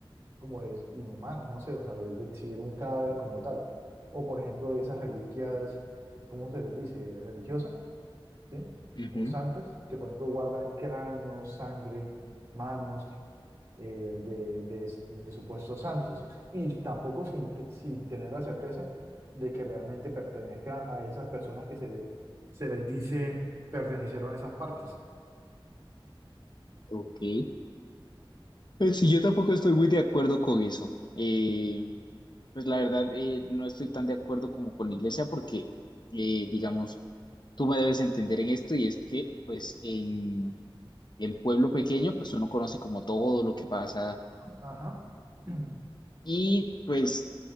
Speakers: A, on the right; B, on the left.
A: como es inhumano, no sé, o sea, exhibir un cadáver como tal. O por ejemplo, esas reliquias, ¿cómo se les dice? Religiosas, ¿sí?
B: Ujú.
A: O santas, que por ejemplo guardan cráneos, sangre, manos eh, de, de- de supuestos santos. Y tampoco sin, te- sin tener la certeza de que realmente pertenezca a esas personas que se, se les dice pertenecieron a esas partes.
B: Ok. Pues sí, yo tampoco estoy muy de acuerdo con eso. Eh, pues la verdad, eh, no estoy tan de acuerdo como con la iglesia porque, eh, digamos, tú me debes entender en esto y es que, pues, en, en pueblo pequeño, pues uno conoce como todo lo que pasa
A: Ajá. <clears throat>
B: y, pues,